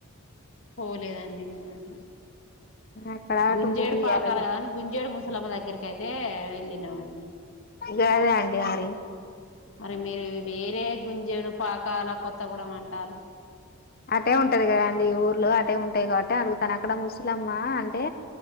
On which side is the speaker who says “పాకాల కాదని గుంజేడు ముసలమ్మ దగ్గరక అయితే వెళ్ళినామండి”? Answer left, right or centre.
Left